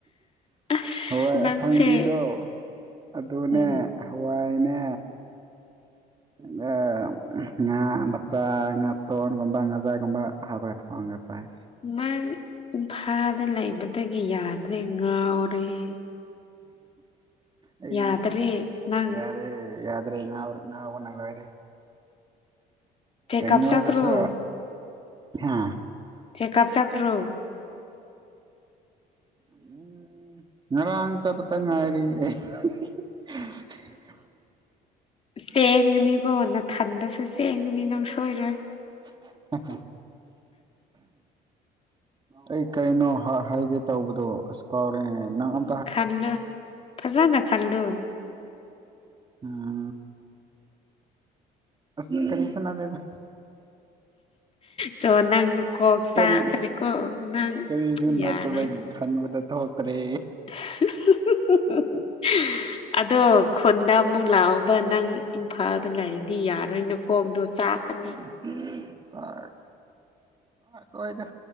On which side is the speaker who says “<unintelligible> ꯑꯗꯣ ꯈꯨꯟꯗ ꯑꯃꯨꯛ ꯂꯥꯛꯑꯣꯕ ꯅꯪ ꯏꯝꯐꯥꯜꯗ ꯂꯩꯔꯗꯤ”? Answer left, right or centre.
Left